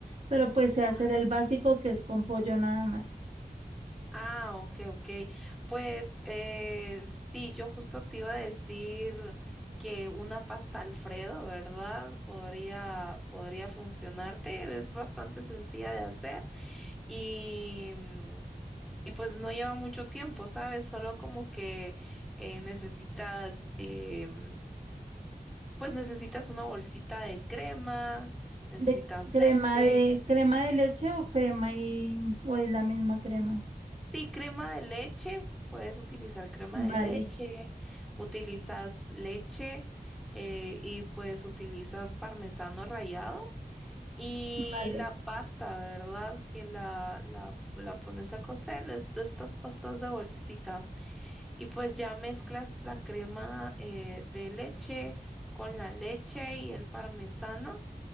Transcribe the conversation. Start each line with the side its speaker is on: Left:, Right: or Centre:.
Right: Pero pues sé hacer
Centre: Ah,
Right: el básico que es con pollo nada más.
Centre: ah, ok, ok. Pues eh, sí, yo justo te iba a decir que una pasta Alfredo, ¿verdad? Podría, podría funcionarte. Es bastante sencilla de hacer y, mm, y pues no lleva mucho tiempo, ¿sabes? Solo como que eh, necesitas, em, pues necesitas una bolsita de crema, necesitas
Right: ¿De crema
Centre: leche.
Right: de crema de leche o crema y o es la misma crema?
Centre: Sí, crema de leche, puedes utilizar crema de
Right: Vale,
Centre: leche, utilizas leche eh, y pues utilizas parmesano rallado y
Right: vale,
Centre: la pasta, ¿verdad? Que la, la, la pones a cocer, es de estas pastas de bolsita y pues ya mezclas la crema eh, de leche con la leche y el parmesano.